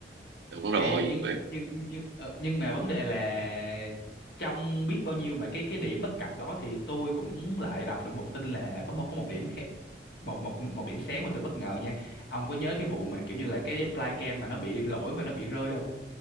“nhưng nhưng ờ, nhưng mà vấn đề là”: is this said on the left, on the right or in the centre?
Left